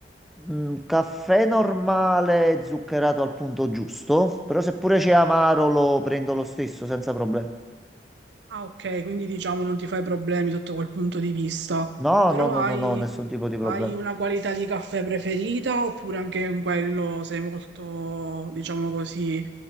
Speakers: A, in the centre; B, on the right.
A: Mm, caffè normale zuccherato al punto giusto, però se pure c'è amaro lo prendo lo stesso senza problemi.
B: Ah, ok, quindi diciamo non ti fai problemi sotto quel punto di vista,
A: No,
B: però
A: no, no,
B: hai,
A: no, no, nessun tipo di
B: hai
A: problema.
B: una qualità di caffè preferita oppure anche in quello sei molto, diciamo così,